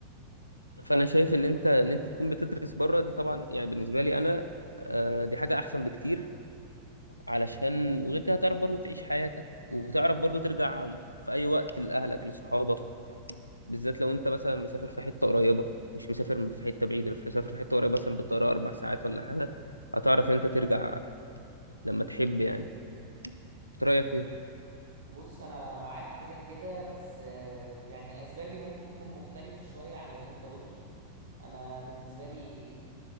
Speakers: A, on the left (about 85°); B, on the right (about 65°).
A: فأنا شايف إن أنت إن أنت تكون بتدرس بره دي طبعا يعني بالنسبة لي أنا آه، دي حاجة أحسن بكتير علشان وغير كده هتعرف برضو تعيش حياتك وتعرف برضو ترجع في أي وقت لأهلك لصحابك بالذات لو أنت مثلا مسافر في حتة قريبة مش مسافر في حتة بعيدة لو مسافر في حتة قريبة مثلا بالطيارة أربع ساعات ولا حاجة هتعرف إن أنت ترجع لما تحب يعني انت رأيك ايه
B: بص انا معاك كده كده بس آه، يعني اسبابي ممكن تكون مختلفة شوية عن اللي انت قلته انا بالنسبه لي